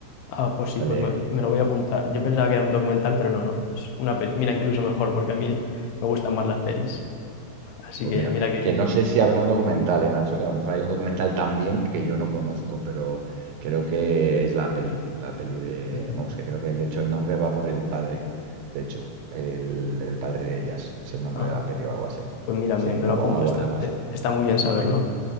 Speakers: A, on the left; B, on the right.
A: Ah, pues sí,
B: Sale,
A: pues me, me lo voy a apuntar. Yo pensaba que era un documental, pero no, no, es una peli. Mira, incluso mejor porque a mí me gustan más las pelis. Así
B: pues
A: que
B: mira,
A: mira qué bien.
B: que no sé si habrá un documental, ¿eh, Nacho? Que a lo mejor hay un documental también que yo no conozco, pero creo que es la peli, la peli de,
A: Ujú,
B: vamos, que creo que de hecho el nombre va por el padre, de hecho, el, el padre de ellas, es el nombre
A: Ajá.
B: de la peli o algo así.
A: Pues mira,
B: Sí,
A: me, me
B: algo,
A: lo apunto.
B: algo,
A: Está,
B: algo así.
A: eh, está muy bien saberlo.